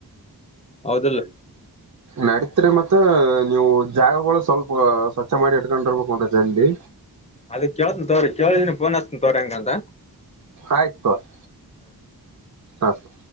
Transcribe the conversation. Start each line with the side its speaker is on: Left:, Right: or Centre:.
Left: ಹೌದಿಲ್ಲ.
Right: ನಡತ್ರಿ ಮತ್ತ ನೀವು ಜಾಗಗಳು ಸ್ವಲ್ಪ ಸ್ವಚ್ ಮಾಡಿ ಇಡ್ಕೊಂಡಿರ್ಬೇಕು ಒಂದ್ ಅಡಿ. ದಂಧಿ.
Left: ಅದ ಕೇಳ್ತನ್ ತೋರಿ ಕೇಳಿದೀನ ಪೋನ್ ಹಚ್ತೀನಿ ತೋರಿ ಹಂಗ ಅಂದ.
Right: ಆಯ್ತ ತೋರಿ ಆತು.